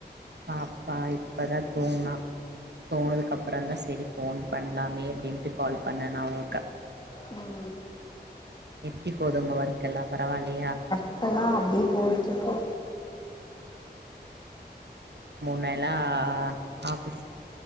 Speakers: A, on the right (about 80°); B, on the left (about 25°).
A: பாப்பா இப்பதா தூங்னா துங்கனதுகப்றோந்தா சரி ஃபோன் பண்லாமே அப்டின்ட்டு கால் பண்ணே நா உங்களுக்கு
B: உம்
A: எப்டி போது உங்க ஒர்க் எல்லா பரவாயில்லியா
B: ஒர்க் எல்லா அப்டியே போயிட்ருக்கு
A: மூண்ணேலா ஆபீஸ்